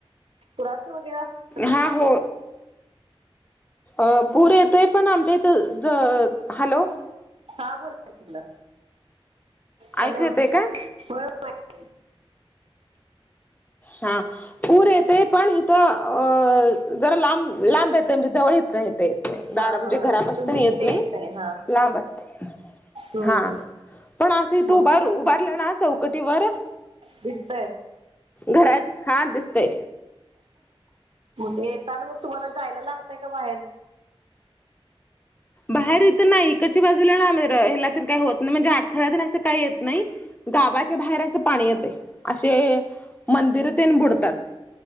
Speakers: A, on the right; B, on the left.
A: पुराचं वगैरे असं-
B: हा हो अ पूर येतय पण आमच्या इथं ज हॅलो.
A: हा बोला तुला हॅलो
B: ऐकू येतय
A: हो.
B: काय हा पूर येते पण इथ अ जरा लांब. लांब येत म्हणजे जवळच नाहीेत येत नाही दार
A: हा
B: म्हणजे
A: हा
B: घरापाशी
A: हा मग तुमचं
B: नाही येत
A: ते
B: नाही.
A: हा
B: लांब असते.
A: हम्म
B: हा पण असं इ तू
A: मग
B: उभार उभारलं ना चौकटीवर.
A: दिसतंय.
B: घरात हा दिसतय.
A: येताना मग तुम्हाला जायला लागतंय का बाहेर
B: बाहेर इथं नाही इकडची बा याला काही होत नाही म्हणजे अडथड्या असं काही येत नाही. गावाच्या बाहेर असं पाणी येते असे मंदिरतेन बुडतात